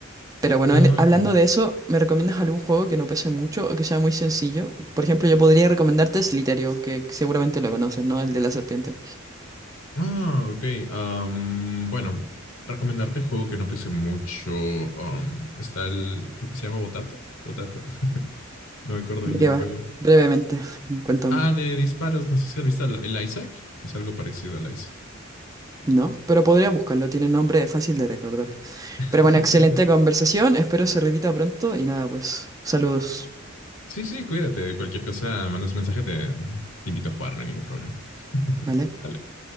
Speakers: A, on the right; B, on the left.
A: Pero bueno,
B: Ah,
A: en- hablando
B: ok.
A: de eso, ¿me recomiendas algún juego que no pese mucho o que sea muy sencillo? Por ejemplo, yo podría recomendarte Slytherin, que seguramente lo conoces, ¿no? El de la serpiente.
B: Ah, ok. Am, bueno, recomendarte juego que no pese mucho. am, está el, creo que se llama Botato. Botato. <laughs> No me acuerdo
A: ¿De
B: bien
A: qué
B: el
A: va?
B: juego.
A: Brevemente, <laughs> cuéntame.
B: Ah, de disparos. No sé si has visto el el Isaac. Es algo parecido al Isaac.
A: No, pero podría buscarlo, tiene nombre fácil de recordar.
B: <laughs>
A: Pero bueno, excelente conversación, espero se repita pronto y nada, pues, saludos.
B: Sí, sí, cuídate. Cualquier cosa, mandas mensaje, te, te invito a jugar, no hay ningún problema. <laughs>
A: ¿Vale?
B: Dale.